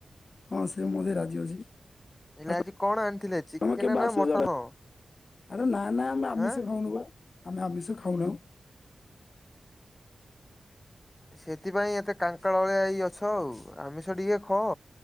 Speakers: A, on the left (about 50°); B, on the left (about 20°).
A: ହଁ, ସେ ମୋ ଦେଇ ରାଜି ଅଛି।
B: ହେଲେ
A: ଆଉ
B: ଆଜି କଣ ଆଣିଥିଲେ, ଚିକେନ
A: ତମେ କେବେ
B: ନା
A: ଆସୁଛ
B: ମଟନ?
A: ଆରେ ନା ନା, ଆମେ ଆମିଷ
B: ଆଁ
A: ଖାଉନୁ
B: ମୁଁ
A: ବା, ଆମେ ଆମିଷ ଖାଉନାହୁଁ।
B: ସେଥିପାଇଁ ଏତେ କାଙ୍କାଳ ଅଳିଆ ହେଇ ଅଛ ଆଉ, ଆମିଷ ଟିକେ ଖଅ।